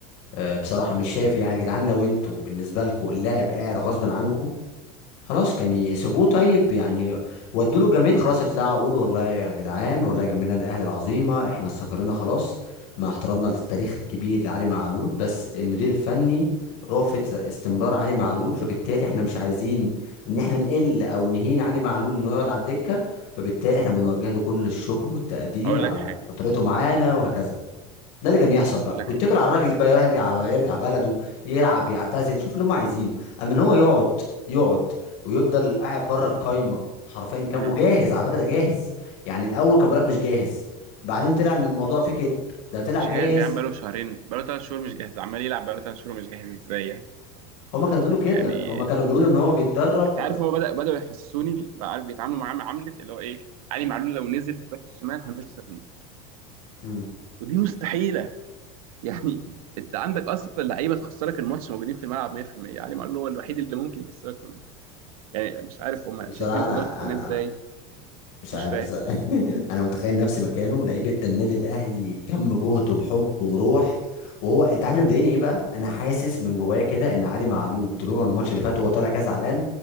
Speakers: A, on the left (about 55°); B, on the right (about 85°).
A: أه بصراحه مش شايف يعني يا جدعان لو انتوا بالنسبه لكم اللاعب قاعد غصب عنكم خلاص كان يسيبوه طيب يعني ودوا له الجماهير خلاص اطلعوا قولوا والله يا جدعان والله جماهير النادي الاهلي العظيمه احنا استقرينا خلاص مع احترامنا للتاريخ الكبير لعلي معلول بس المدير الفني رافض استمرار علي معلول فبالتالي احنا مش عايزين ان احنا نقل او نهين علي معلول انه يقعد على الدكه فبالتالي احنا بنوجه له كل الشكر والتقدير
B: هقول
A: على
B: لك حاجه
A: فترته معانا وهكذا ده اللي كان يحصل بقى
B: هقول لك
A: ويتكل على الراجل اللي بقى يروح يرجع على يرجع بلده يلعب يعتزل شوف اللي هم عايزينه اما ان هو يقعد يقعد ويفضل قاعد بره القايمه حرفيا كام
B: حاجه
A: وجاهز على فكره ده جاهز يعني الاول كان بيقول لك مش جاهز بعدين طلع ان الموضوع فيه كده ده طلع
B: مش
A: جاهز
B: جاهز يا عم بقاله شهرين بقاله ثلاث شهور مش جاهز عمال يلعب بقاله ثلاث شهور مش جاهز ازاي يعني
A: هم كانوا بيقولوا كده
B: يعني
A: هم كانوا بيقولوا ان هو بيتدرب
B: انت عارف هو بدأ بدأوا يحسسوني بقى عارف بيتعاملوا معاه معاملة اللي هو ايه علي معلول لو نزل في باك الشمال هنخسر الماتش
A: مم.
B: ودي مستحيلة يعني <laughs> انت عندك اصلا لعيبة تخسرك الماتش موجودين في الملعب 100% علي معلول هو الوحيد اللي ممكن يكسبك في الماتش يعني مش عارف هم
A: بصراحه
B: شايفين
A: انا
B: قدراته الفنية
A: انا
B: ازاي
A: مش عارف
B: مش فاهم
A: بس <laughs> انا متخيل نفسي مكانه لعيب ادى النادي الاهلي كم جهد وحب وروح وهو انت عارف اللي مضايقني ايه بقى انا حاسس من جوايا كده ان علي معلول طلوع الماتش اللي فات وهو طالع كده زعلان